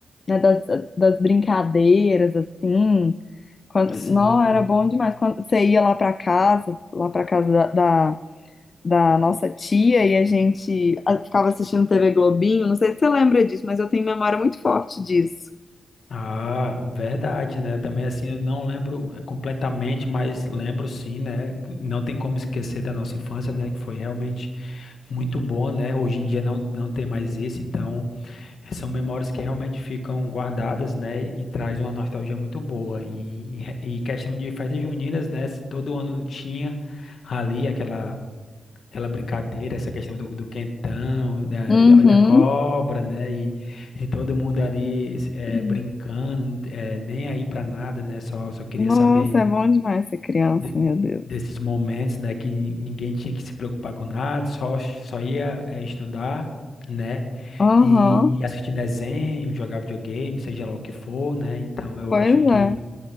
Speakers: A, on the left; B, on the left.
A: né, das, das brincadeiras, assim. Quando,
B: Sim.
A: não, era bom demais. Quando você ia lá pra casa, lá pra casa da, da da nossa tia e a gente a- ficava assistindo TV Globinho. Não sei se você lembra disso, mas eu tenho memória muito forte disso.
B: Ah, verdade, né? Também assim, eu não lembro eh, completamente, mas lembro sim, né? Não tem como esquecer da nossa infância, né? Que foi realmente muito bom, né? Hoje em dia não, não tem mais isso, então. É, São memórias que realmente ficam guardadas, né? E traz uma nostalgia muito boa. E, e questão de festas juninas, né? Todo ano tinha ali aquela, aquela brincadeira, essa questão do, do quentão, da,
A: Uhum.
B: da- olha a cobra, né? E, e todo mundo ali eh,
A: <laughs>
B: brincando, eh, nem aí pra nada, né? Só, só queria
A: Nossa,
B: saber
A: é bom demais ser criança,
B: de-
A: meu Deus.
B: desses momentos, né, que ninguém tinha que se preocupar com nada, só, só ia eh, estudar, né,
A: Aham,
B: e, e assistir desenho, jogar videogame, seja lá o que for, né, então eu
A: pois
B: acho que
A: é.